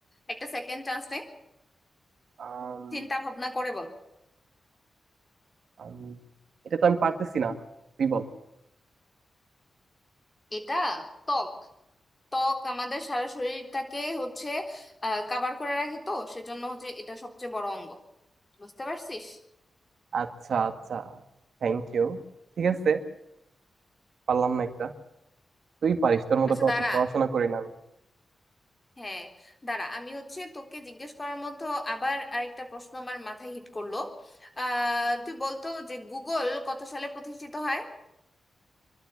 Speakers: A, on the left; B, on the right.
A: একটা সেকেন্ড চান্স নে।
B: আম,
A: চিন্তা ভাবনা করে বল
B: আম, এটা তো আমি পারতেছি না তুই বল
A: এটা ত্বক ত্বক আমাদের সারা শরীরটাকে হচ্ছে আহ কাভার করে রাখে তো সেজন্য হচ্ছে এটা সবচেয়ে বড় অঙ্গ বুঝতে পারছিস
B: আচ্ছা আচ্ছা থ্যাংক ইউ ঠিক আছে পারলাম না একটা তুই পারিস তোর মতো
A: আচ্ছা
B: তো
A: দাঁড়া
B: অত পড়াশোনা করি না আমি
A: হ্যাঁ দাঁড়া আমি হচ্ছে তোকে জিজ্ঞেস করার মতো আবার আরেকটা প্রশ্ন আমার মাথায় হিট করলো আহ তুই বলতো যে গুগল কত সালে প্রতিষ্ঠিত হয়